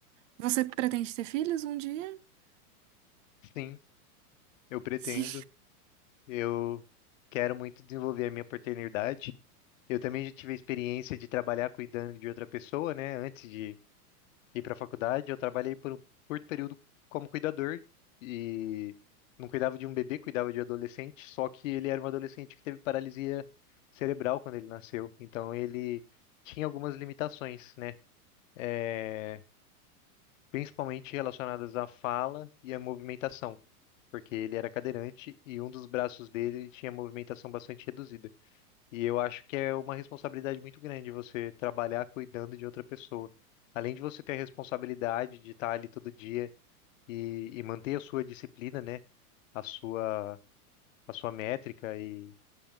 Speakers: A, on the right; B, on the left.
A: Você pretende ter filhos um dia? <laughs>
B: Sim, eu pretendo.
A: Sim.
B: Eu quero muito desenvolver a minha paternidade. Eu também já tive a experiência de trabalhar cuidando de outra pessoa, né? Antes de ir para a faculdade. Eu trabalhei por um curto período como cuidador e não cuidava de um bebê, cuidava de um adolescente. Só que ele era um adolescente que teve paralisia cerebral quando ele nasceu. Então ele tinha algumas limitações, né? É, principalmente relacionadas à fala e à movimentação, porque ele era cadeirante e um dos braços dele tinha movimentação bastante reduzida. E eu acho que é uma responsabilidade muito grande você trabalhar cuidando de outra pessoa. Além de você ter a responsabilidade de estar ali todo dia e, e manter a sua disciplina, né? A sua, a sua métrica e,